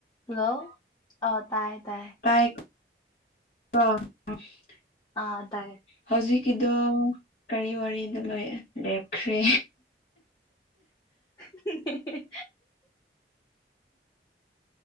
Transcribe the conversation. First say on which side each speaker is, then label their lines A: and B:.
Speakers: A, on the left (about 20°); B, on the left (about 60°).
A: ꯍꯜꯂꯣ ꯑꯣ ꯇꯥꯏꯌꯦ ꯇꯥꯏꯌꯦ
B: ꯇꯥꯏ ꯈꯣ <unintelligible>
A: ꯑꯥ ꯇꯥꯏꯌꯦ
B: ꯍꯧꯖꯤꯛ ꯀꯤꯗꯨ ꯀꯔꯤ ꯋꯥꯔꯤꯅꯣ ꯂꯣꯏ ꯂꯦꯞꯈ꯭ꯔꯦ
A: <inaudible>